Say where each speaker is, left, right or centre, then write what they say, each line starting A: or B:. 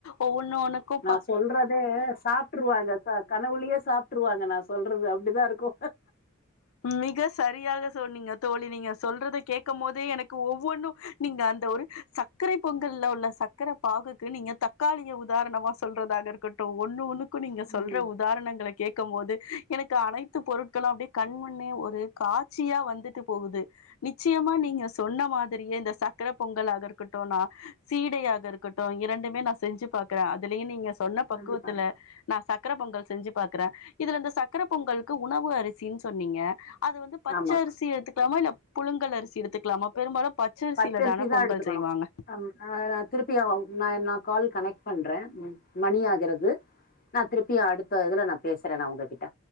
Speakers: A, on the left; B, on the left.
A: உ ஒனக்கும்
B: நா சொல்றதே சாப்பிட்டுருவாங்க கனவுலையே சாப்பிட்டுருவாங்க நான் சொல்றது அப்டிதா இருக்கு
A: மிக சரியாக சொன்னீங்க தோழி நீங்க சொல்றத கேட்கும் போதே எனக்கு ஒவ்வொன்னும் நீங்க அந்த ஒரு சர்க்கரை பொங்கல்ல உள்ள சக்கரை பாகுக்கு நீங்க தக்காளிய உதாரணமா சொல்றதாக இருக்கட்டும் ஒன்னு ஒன்னு க்கு நீங்க சொல்ற
B: ம்
A: உதாரணங்களை கேட்க இருக்கும் போது எனக்கு அனைத் பொருட்களு அப்படியே கண்முண்ணே ஒரு காட்சியா வந்துட்டு போகுது நிச்சயமா நீங்க சொன்ன மாதிரியே இந்த சக்கர பொங்கலாக இருக்கட்டு நா சீடையாக இருக்கட்டு இரண்டுமே நா செஞ்சு பாக்குறே அதுலயு நீங்க சொன்ன பக்குவத்துல
B: செஞ்சு பாருங்க
A: நா சக்கர பொங்கல் செஞ்சு பாக்குறே இதுல இந்த சக்கர பொங்கல் க்கு உணவு அரிசின்னு சொன்னீங்க அது வந்து பச்சரிசி
B: ஆமா
A: எடுத்துக்கலாமா இல்ல புழுங்கள் அரிசி எடுத்துக்கலாமா பெரும்பாலு பச்சரிசில
B: பச்சரிசிதா
A: தான பொங்கல்
B: எடுத்துக்கணு
A: செய்வாங்க
B: ம் ஆ திருப்பியு நா நான் கால் கனெக்ட் பண்றே உம் மணி ஆகிறது நா திருப்பியு அடுத்த இதுல நா பேசுறே நா உங்ககிட்ட